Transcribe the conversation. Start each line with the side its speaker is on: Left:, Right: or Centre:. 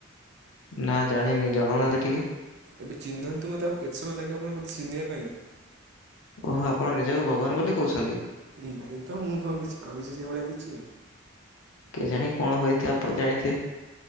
Left: ନା ଜାଣିନି ଜନୌନାହାନ୍ତି ଟିକେ।
Right: ଏବେ ଚିହ୍ନନ୍ତୁ ମତେ ଆଉ କେତେ ସମୟ ଲାଗିବ ଆପଣ ମତେ ଚିହ୍ନିବା ପାଇଁ?
Left: ଓହୋ ଆପଣ ନିଜକୁ ଭଗବାନ ବୋଲି କୋହୁଛନ୍ତି।
Right: ନାଇଁ ତ ମୁଁ କଣ କିଛି କହିଚି ସେଇ ଭଳିଆ କିଛି?
Left: କେଜାଣି କଣ ହୋଇଥିବ ଆପଣ ଜାଣିଥିବେ।